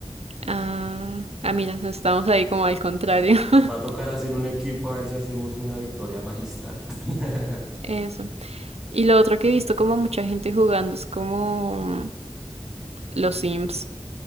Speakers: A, on the right; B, in the centre.
A: Ah, ah, mira, estamos ahí como al contrario. <laughs>
B: Va a tocar hacer un equipo a ver si hacemos una victoria magistral. <laughs>
A: Eso. Y lo otro que he visto como mucha gente jugando es como los Sims.